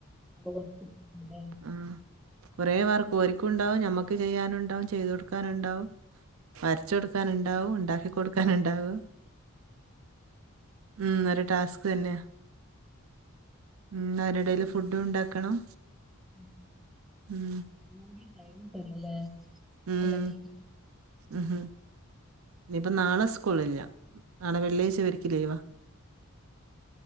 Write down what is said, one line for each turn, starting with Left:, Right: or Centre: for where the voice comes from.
Centre: <unintelligible>
Right: ആ കുറേ വർക്ക് ഒർക്കും ഉണ്ടാവും ഞമ്മക്ക് ചെയ്യാനുണ്ടാവും ചെയ്തു കൊടുക്കാനുണ്ടാവും വരച്ച കൊടുക്കാന ഉണ്ടാവും ഉണ്ടാക്കി കൊടുക്കാനുണ്ടാവും ഉ ഒരു ടാസ്ക് തന്നെയ ഉ അനിടൽ ഫുഡും ഉണ്ടാക്കണം
Centre: ഉം
Right: ഉം
Centre: <unintelligible> ടൈംകിട്ടെല്ലില്ലലെ
Right: ഉം
Centre: എല്ലാത്തിനും
Right: ഉം ഇനിയിപ്പ നാളെ സ്കൂളില്ല ആണ് വെള്ളിയാഴ്ച ഇവർക്ക് ലീവാ